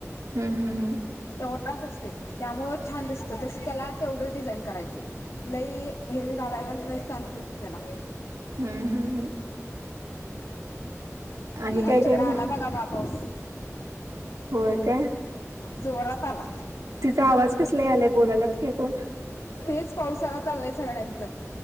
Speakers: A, on the right (about 90°); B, on the left (about 85°).
A: हम्म हम्म हम्म.
B: तेवढाच असते त्यामुळे छान दिसतं तसं त्याला तेवढेच डिझाईन करायचे. लई हेवी घालायला नाही स <unintelligible> त्याला
A: हम्म हम्म हम्म. आणि काय
B: आमच्याकडे
A: काय मग
B: आला बघा बा पाऊस.
A: होय काय.
B: जोरात आला.
A: तिचा आवाज कसला आलाय बोलायलात काय कोण?
B: तेच पावसाला चाललंय सगळ्यांच